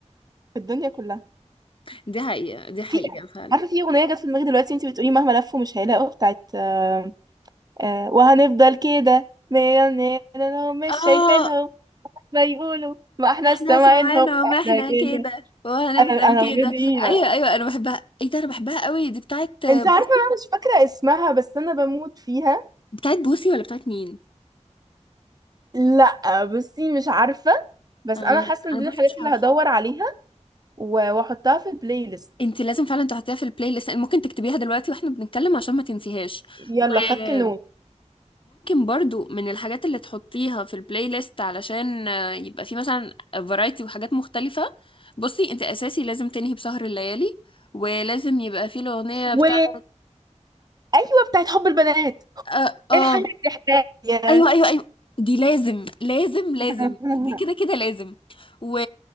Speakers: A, on the right; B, on the left.
A: في الدنيا كلها
B: دي حقيقة دي حقيقة
A: في
B: فعلا
A: عارفه في اغنيه جت في دماغي دلوقتي انت بتقولي مهما لفوا مش هيلاقوا بتاعت آه، آه، وهنفضل كده مليونيرهم مش
B: اه
A: شايفينهم ما يقولوا ما احنا
B: احنا
A: سامعينهم
B: سمعنا ومحنا
A: احنا كده
B: كده وهنفضل
A: انا انا
B: كده
A: الاغنيه دي
B: ايوه ايوه انا بحبها ايه ده انا بحبها قوي دي بتاعت بوسي
A: انت عارفه انا مش فاكره اسمها بس انا بموت فيها
B: بتاعت بوسي ولا بتاعت مين
A: لا بصي مش عارفه بس
B: انا
A: انا حاسه ان
B: انا
A: دي
B: برضو
A: الحاجات
B: مش
A: اللي
B: عارفه
A: هدور عليها و- واحطها في البلاي ليست
B: انت لازم فعلا تحطيها في البلاي ليست ممكن تكتبيها دلوقتي واحنا بنتكلم عشان ما تنسيهاش
A: يلا
B: وممكن
A: خدت نوت
B: برضو من الحاجات اللي تحطيها في البلاي ليست علشان آه، يبقى في مثلا فرايتي وحاجات مختلفه بصي انت اساسي لازم تنهي بسهر الليالي ولازم يبقى في الاغنيه
A: و
B: بتاعت
A: ايوه بتاعت حب البنات
B: اه, آه.
A: ايه الحاجه دي حكايه
B: ايوه ايوه ايوه دي لازم لازم لازم
A: <laughs>
B: دي كده كده لازم و...